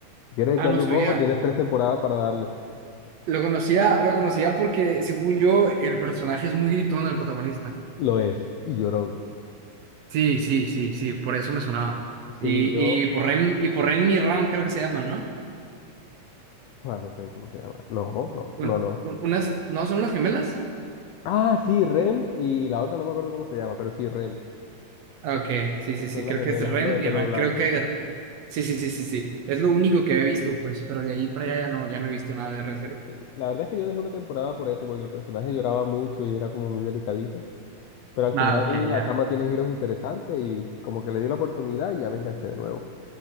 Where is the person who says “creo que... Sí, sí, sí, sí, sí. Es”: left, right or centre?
Right